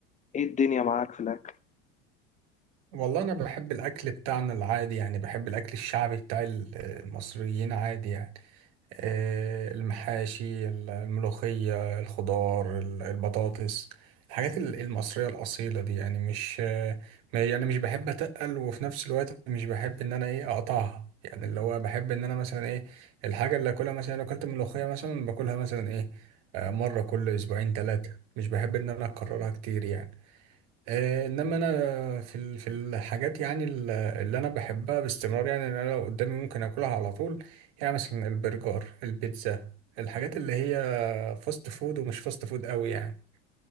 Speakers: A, on the left; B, on the right.
A: إيه الدنيا معاك في الأكل
B: والله انا بحب الاكل بتاعنا العادي يعني بحب الاكل الشعبي بتاع ال- المصريين عادي يعني آه، المحاشي ال- الملوخية الخضار ال- البطاطس الحاجات ال- المصرية الأصيلة دي يعني مش آه، ما- يعني مش بحب أتقل وفي نفس الوقت مش بحب إن أنا إيه أقطعها يعني اللي هو بحب إن أنا مثلا إيه الحاجة اللي أكلها مثلا لو أكلت ملوخية مثلا باكلها مثلا إيه آه، مرة كل أسبوعين ثلاثة مش بحب إن أنا أكررها كتير يعني آه، انما انا في ال- في الحاجات يعني ال- اللي انا بحبها باستمرار يعني إن انا لو قدامي ممكن اكلها على طول يعني مثلا البرجر البيتزا الحاجات اللي هي فاست فود ومش فاست فود قوي يعني